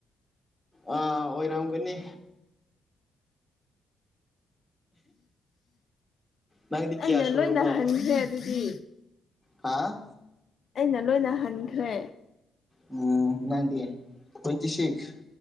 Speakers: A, in the centre; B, on the left.
A: ꯑꯥ ꯑꯣꯏꯔꯝꯒꯅꯤ ꯅꯪꯗꯤ
B: ꯑꯩꯅ
A: ꯀꯌꯥ ꯁꯨꯔꯕꯣ
B: ꯂꯣꯏꯅ ꯍꯟꯈ꯭ꯔꯦ ꯑꯗꯨꯗꯤ
A: ꯍꯥꯥ
B: ꯑꯩꯅ ꯂꯣꯏꯅ ꯍꯟꯈ꯭ꯔꯦ
A: ꯎꯝ ꯅꯪꯗꯤ ꯇꯋꯦꯟꯇꯤ ꯁꯤꯛꯁ